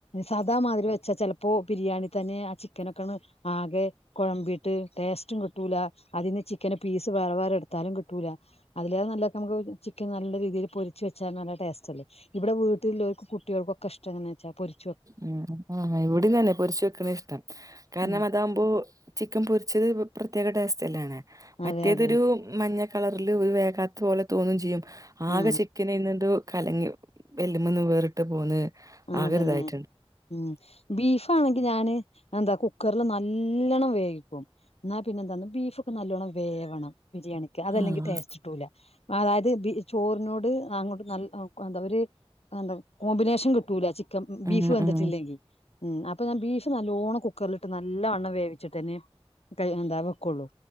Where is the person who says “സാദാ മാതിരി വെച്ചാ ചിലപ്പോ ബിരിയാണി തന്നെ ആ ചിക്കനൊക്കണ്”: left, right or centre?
Left